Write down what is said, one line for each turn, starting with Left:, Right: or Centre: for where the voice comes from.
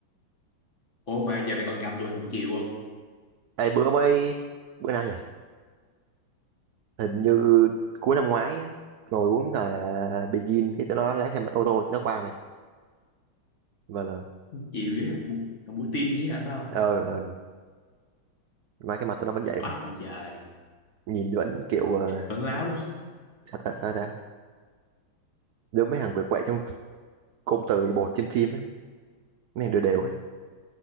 Left: Ủa mà giờ mày còn gặp tụi thằng Chiều không
Right: Ê, bữa mới bữa nào nhỉ hình như cuối năm ngoái á, ngồi uống là Begin cái tụi nó lái xe ô tô nó qua mày và là
Left: Chiều với thằng Bu- thằng Bu Tim với hả phải không
Right: ờ ờ mà cái mặt tụi nó vẫn vậy
Left: Oách
Right: mày
Left: gì trời
Right: nhìn vẫn kiểu ờ,
Left: Vẫn láo lắm
Right: sao ta sao ta giống mấy thằng quậy quậy trong cụm từ bột trên phim ấy mấy thằng đều đều ấy